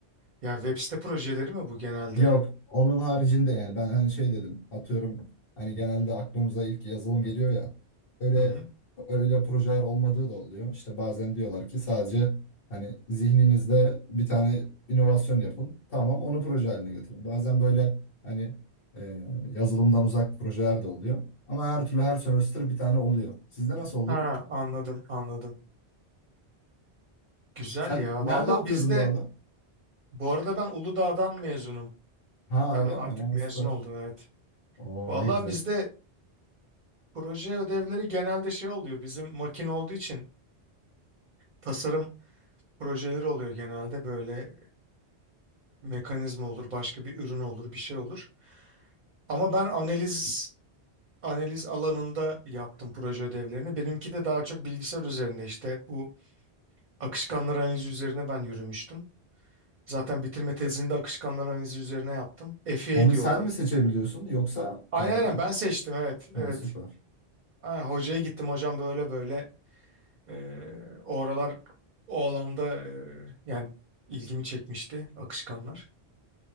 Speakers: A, on the right; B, on the left.
A: Yani web site projeleri mi bu genelde?
B: Yok onun haricinde yani ben hani şey dedim atıyorum hani genelde aklımıza ilk yazılım geliyor ya öyle
A: Hı hı.
B: öyle projeler olmadığı da oluyor. İşte bazen diyorlar ki sadece hani zihninizde bir tane inovasyon yapın tamam onu proje haline getirin. Bazen böyle hani e, yazılımdan uzak projeler de oluyor ama her türlü her semester bir tane oluyor. Sizde nasıl oluyor?
A: Ha anladım anladım. Güzel
B: Sen
A: ya.
B: nerede
A: Valla
B: okuyordun
A: bizde
B: bu arada?
A: bu arada ben Uludağ'dan mezunum.
B: Ha
A: Ben
B: öyle
A: artık
B: mi? Ha,
A: mezun
B: süper.
A: oldum evet.
B: Oo
A: Valla
B: ne güzel.
A: bizde Proje ödevleri genelde şey oluyor. Bizim makine olduğu için tasarım projeleri oluyor genelde. Böyle mekanizma olur, başka bir ürün olur, bir şey olur. Ama ben analiz analiz alanında yaptım proje ödevlerini. Benimki de daha çok bilgisayar üzerinde işte bu akışkanlar analizi üzerine ben yürümüştüm. Zaten bitirme tezini de akışkanlar analizi üzerine yaptım. FEA
B: Onu
A: diyorlar.
B: sen mi seçebiliyorsun yoksa
A: Aynen
B: yani
A: aynen ben seçtim evet
B: Ha
A: evet.
B: süper.
A: Aynen, hocaya gittim hocam böyle böyle. Ee, o aralar o alanda e, yani ilgimi çekmişti akışkanlar.